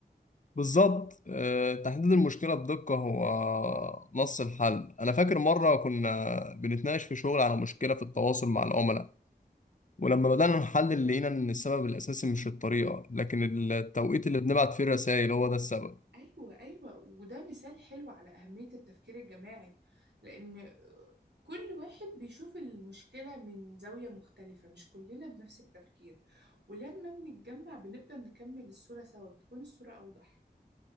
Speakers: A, on the left; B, on the right.
A: بالظبط آه، تحديد المشكلة بدقة هو نص الحل أنا فاكر مرة كنا بنتناقش في شغل على مشكلة في التواصل مع العملاء ولما بدأنا نحلل لقينا إن السبب الأساسي مش الطريقة لكن التوقيت اللي بنبعت فيه الرسائل هو ده السبب
B: أيوة أيوة وده مثال حلو على أهمية التفكير الجماعي لأن كل واحد بيشوف المشكلة من زاوية مختلفة مش كلنا بنفس التفكير ولما بنتجمع بنقدر نكمل الصورة سوا بتكون الصورة أوضح